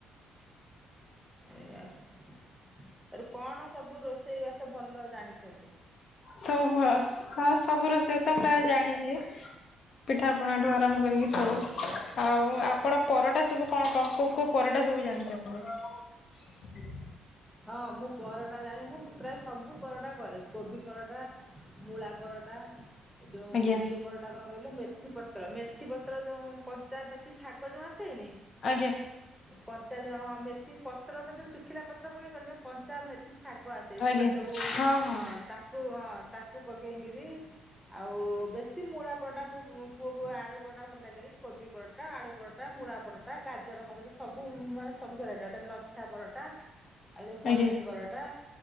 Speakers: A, in the centre; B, on the left (about 55°).
A: ଆଇଆ ଆଉ ସେଠୁ କଣ ସବୁ ରୋଷେଇ ବାସ ଭଲ ଜାଣିଛନ୍ତି?
B: ସବୁ ଭ ଆସ୍ ହଁ ସବୁ ରୋଷେଇ ତ ପ୍ରାୟ ଜାଣିଯିବେ ପିଠାପଣା ଠୁ ଆରମ୍ଭ କରିକି ସବୁ।
A: ଉ
B: ଆଉ ଆପଣ ପରଟା ସବୁ କଅଁ କଅଁ କୋଉ କୋଉ ପରଟା ସବୁ ଜାଣିଛନ୍ତି।
A: ହଁ ମୁଁ ପରଟା ଜାଣି ମୁଁ ପ୍ରାୟ ସବୁ ପରଟା କରେ କୋବି ପରଟା, ମୂଳା ପରଟା ଏ ଯୋଉ
B: ଆଜ୍ଞା
A: ଇଏ ପରଟା କଣ କହିଲା ମେଥି ପତ୍ର ମେଥି ପତ୍ର ଯୋଉ କଞ୍ଚା ମେଥି ଶାଗ ଯୋଉ ଆସେନି
B: ଆଜ୍ଞା
A: କଞ୍ଚା ଜ ହଁ ମେଥି ପତ୍ର ତ ଯୋଉ ଶୁଖିଲା ପତ୍ର ପକେଇ କଲେ କଞ୍ଚା ମେଥି ଶାଗ ଆସେ
B: ଆଜ୍ଞା
A: ସେ ସବୁ ଅ
B: ହଁ ହଁ
A: ତାକୁ ଅ ତାକୁ ପକେଇକିରି ଆଉ ବେଶୀ ମୂଳା ପରଟା ମୁଁ ମୋ ପୁଅକୁ ଆଳୁ ପରଟା ଭଲ ଲାଗେଇ କୋବି ପରଟା ଟା ଆଳୁ ପରଟା ମୂଳା ପରଟା ଗାଜର ଫାଜର ସବୁ ମାନେ ସବୁ ଭେରାଇଟି ତାେ ଲଛା ପରଟା ଆଉ ଜୋଉ ପନିର୍
B: ଆଜ୍ଞା
A: ପରଟା